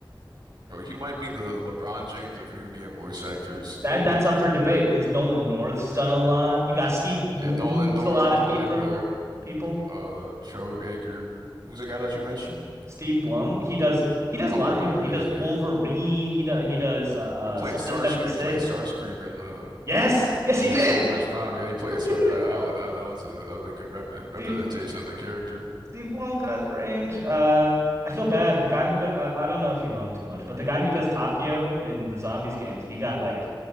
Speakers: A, on the right (about 55°); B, on the right (about 35°).
A: bro, he might be the LeBron James of video game voice actors.
B: That that's up for debate because Nolan North's done a lot. You got Steve Bloom,
A: Yeah, Nolan
B: who's
A: North,
B: a lot of
A: Nolan
B: people
A: North,
B: people.
A: uh, Troy Baker. Who's the guy that you mentioned?
B: Steve Blum. He does he does
A: All
B: a lot
A: right,
B: of people. He
A: yeah,
B: does
A: yeah.
B: Wolverine. He does he does uh, uh
A: He played
B: Soldier
A: Starscream,
B: 76.
A: he played Starscream in uh,
B: Yes, yes,
A: Transformers
B: he did.
A: Prime. Yeah, he played
B: <laughs>
A: Star. I, I like that. That was a that was a good rep representation
B: Steve Blum.
A: of the character.
B: Steve Blum got range. Uh, I feel bad. The guy who does I, I don't know if you know him too much, but the guy who does Takio in the zombies games, he got like